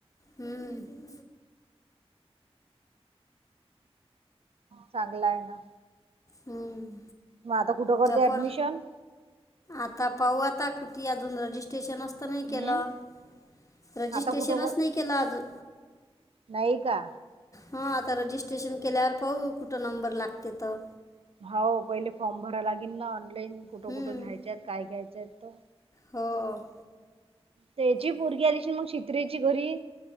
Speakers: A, on the left; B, on the right.
A: हम्म
B: चांगल आहे ना.
A: हम्म
B: मग आता कुठं करते
A: त्यापर
B: ऍडमिशन?
A: आता पाहू आता किती अजून रजिस्ट्रेशन अस नाही
B: हम्म
A: केलं रजिस्ट्रेशनच
B: आता कुठं कर
A: नाही केलं अजून.
B: नाही का?
A: हा आता रजिस्ट्रेशन केल्यावर पाहू कुठं नंबर लागते त
B: हाऊ पहिले फॉर्म भरा लागेन ना. पेन कुठं
A: हं,
B: कुठं घ्यायच्या आहेत काय घ्यायच्या आहेत तो
A: हो
B: त्येची पोरगी आलीश मग शित्रेची घरी